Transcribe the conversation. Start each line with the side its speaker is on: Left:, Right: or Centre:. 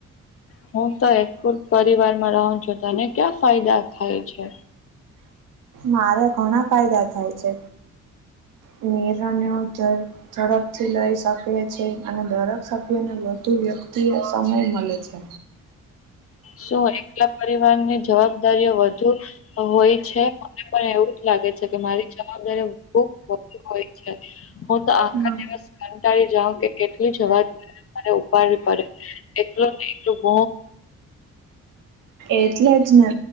Left: હું તો એકલ પરિવારમાં રહ છું તને ક્યાં ફાયદા થાય છે
Right: મારે ઘણા ફાયદા થાય છે અમરને ચાર ઝડપથી લઈ શકે છે અને દરેક સભ્યને વધુ વ્યક્તિ એ સમય મળે છે
Left: શું એકલા પરિવારની જવાબદારીઓ વધ હોય છે મને પણ એવું જ લાગે છે કે મારી જવાબદારી હોય છે હું તો આખા
Right: હમ
Left: દિવસ કર જાાવ કે કેટલી જવાતરે ઉપાડવી પડે એટલું ન એટલું બ
Right: એટલે જ ને